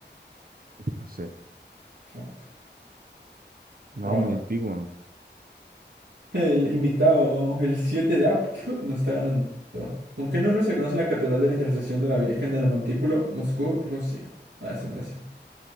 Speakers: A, on the right (about 50°); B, on the right (about 80°).
A: No sé.
B: Fuck.
A: No,
B: Wow.
A: muy antiguo.
B: El invitado, el 7 de AP, <laughs> no está ganando. ¿Con qué nombre se conoce la Catedral de la Intersección de la Virgen del Montículo, Moscú, Rusia? Ah, eso me lo sé.